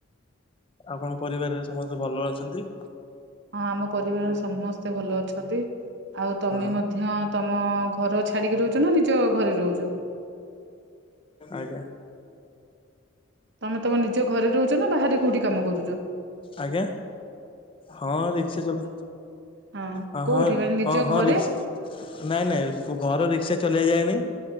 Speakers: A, on the left (about 25°); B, on the right (about 60°).
A: ଆପଣଙ୍କ ପରିବାର ରେ ସମସ୍ତେ ଭଲ ରେ ଅଛନ୍ତି।
B: ହଁ, ଆମ ପରିବାର ରେ ସମସ୍ତେ ଭଲ ଅଛନ୍ତି। ଆଉ ତମେ
A: ହଁ
B: ମଧ୍ୟ ତମ ଘର ଛାଡିକି ରୋଉଚ ନା ନିଜ ଘରେ ରୋଉଚ?
A: ଆଜ୍ଞା।
B: ତମେ ତମ ନିଜ ଘରେ ରୋଉଚ ନା ବାହାରେ କୋଉଠି କାମ କରୁଚ?
A: ଆଜ୍ଞା! ହଁ, ରିକ୍ସା ଚଲ
B: ହଁ
A: ହ
B: କୋଉଠି
A: ହଁ
B: ମାନେ ନିଜ
A: ହଁ ହଁ
B: ଘରେ?
A: ରିକ୍ସା ନାଇଁ ନାଇଁ ଘର ରିକ୍ସା ଚଲେଇଆ ଯାଏନି।